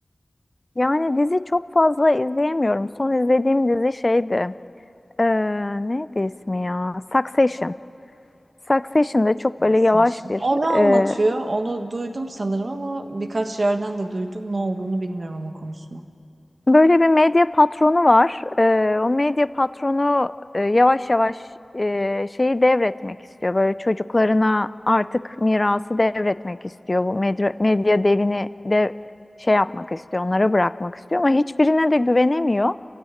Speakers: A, on the left (about 25°); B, on the right (about 80°).
A: yani dizi çok fazla izleyemiyorum. Son izlediğim dizi şeydi. E, neydi ismi ya? Succession. Succession'da çok
B: Tavsiyesi.
A: böyle yavaş bir
B: O ne anlatıyor?
A: e,
B: Onu duydum sanırım ama birkaç yerden de duydum. Ne olduğunu bilmiyorum ama konusunu.
A: Böyle bir medya patronu var. Ee, o medya patronu e, yavaş yavaş e, şeyi devretmek istiyor. Böyle çocuklarına artık mirası devretmek istiyor. Bu medya, medya devini de şey yapmak istiyor, onlara bırakmak istiyor. Ama hiçbirine de güvenemiyor.